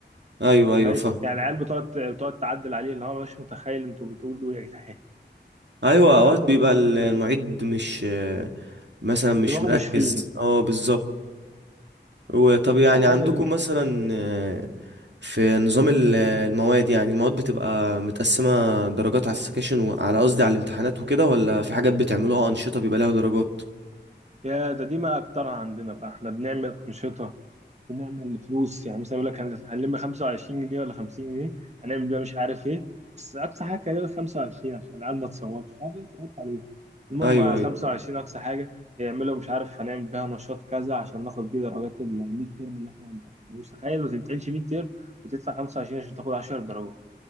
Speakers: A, on the right; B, on the right.
A: ايوه
B: متخيل
A: ايوه فاهم
B: يعني العيال بتقعد بتقعد تعدل عليه اللي هو مش متخيل انتوا بتقولوا ايه يا جدعان
A: ايوه اوقات
B: بجد
A: بيبقى
B: والله
A: ال- المعيد مش آه، مثلا مش
B: دماغه
A: مركز
B: مش فيه
A: اه بالظبط وطب يعني
B: فحاجة
A: عندكم
B: غريبة
A: مثلا آه، في نظام ال- المواد يعني المواد بتبقى متقسمة درجات على السكاشن وعلى قصدي على الامتحانات وكده ولا في حاجات بتعملوها أنشطة بيبقى لها درجات
B: يا ده دي ما اكترها عندنا بقى احنا بنعمل انشطه بنعمل فلوس يعني مثلا يقول لك هن- هنلم 25 جنيه ولا 50 جنيه هنعمل بيها مش عارف ايه بس اقصى حاجه كان يقول لك 25 عشان العيال ما تصوتش مش عارف ايه صوت عليه المهم
A: ايوه
B: على
A: ايوه
B: 25 اقصى حاجه يعملوا مش عارف هنعمل بيها نشاط كذا عشان ناخد بيه درجات ال 100 ترم اللي احنا ما امتحناهوش تخيل ما تمتحنش 100 ترم وتدفع 25 عشان تاخد 10 درجات